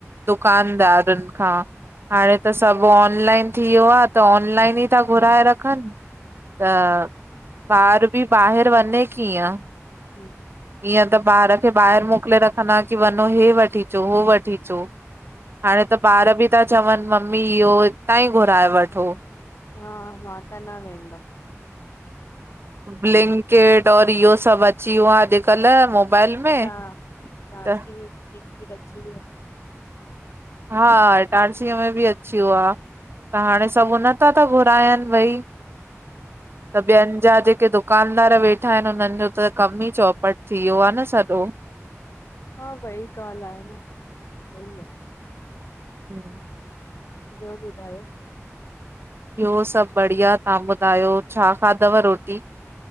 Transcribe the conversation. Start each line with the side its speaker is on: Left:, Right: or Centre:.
Right: दुकानदारनि खां। हाणे त सभु ऑनलाइन थी वियो आ, त ऑनलाइन ई था घुराए रखनि। त बा्र बि ॿाहिरि वञे कीअं?
Left: आहे।
Right: इअं त ॿार खे ॿाहिरि मोकिले रख अंञा कि वंञो हे वठी अचो, हो वठी अचो, हाणे त ॿार बि ता चवन, मम्मी इहो हितां ई घुराए वठो।
Left: हा, मां त न वेंंदम।
Right: ब्लिंकिट और इह्यो सभु अची यो आ, अॼुकल्ह मोबाइल में
Left: हा। ईटारसी
Right: त
Left: में भी ब्लिंकिट अची वियो।
Right: हा इटारसीअ में बि अची वियो आ, त हाणे सभु उन तां ता घुरायनि भई त ॿियनि जा जेके दुक दुकानदार वेठा हिनि हुननि जो त कमु ई चौपट थी यो आ न सॼो
Left: हा वई ॻाल्हि आहे न वही आ।
Right: हम्म
Left: ॿियो ॿुधायो?
Right: बि्यो सभु बढ़िया, तहां ॿुधायो छा खाधव रोटी?